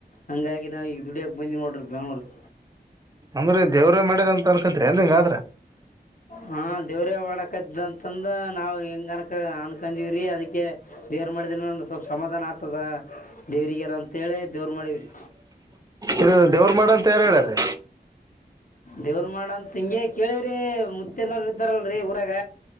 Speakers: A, on the left; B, on the right.
A: ಹಂಗಾಗಿ ನಾವ್ ಈಗ ದುಡಿಯಕ ಬಂದಿವಿ ನೋಡ್ರಿ ಬೆಂಗಳೂರಿಗ.
B: ಅಂದ್ರೆ ದೇವ್ರೇ ಮಾಡ್ಯರಂತ ಅನ್ಕಂತತ್ರಿ ಅಂದ್ರ ಹಿಂಗ ಆದ್ರ.
A: ಹಾ ದೇವರೆ ಮಾಡ್ಯಾನ್ ಆಕ್ಕೇದ ಅಂತಂದ ನಾವು ಹಿಂಗ ಅನ್ಕೊಂಡ ಅನ್ಕೊಂಡಿವವ್ರಿ ಅದಕ್ಕೆ ದೇವ್ರ ಮಾಡಿದ್ರ ಸ್ವಲ್ಪ ಸಮಾದಾನ ಆತದ. ದೇವ್ರಿಗೇನ ಅಂತೇಳಿ ದೇವ್ರ ಮಾಡಿವ್ರಿ
B: ಇದು ದೇವ್ರ ಮಾಡಂತ ಯಾರು ಹೇಳ್ಯಾರಿ?
A: ದೇವ್ರ ಮಾಡ ಅಂತ ಹಿಂಗೆ ಕೇಳೆವ್ರಿ ಮುುತ್ತೆರ ಇರ್ತಾರಲ್ರರಿ ಊರಾಗ.